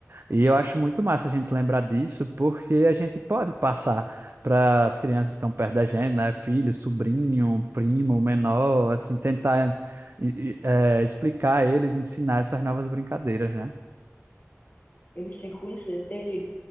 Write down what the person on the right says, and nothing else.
E eu acho muito massa a gente lembrar disso, porque a gente pode passar para as crianças que estão perto da gente, né? Filho, sobrinho, primo, menor, assim, tentar e- e, eh, explicar a eles, ensinar essas novas brincadeiras, né?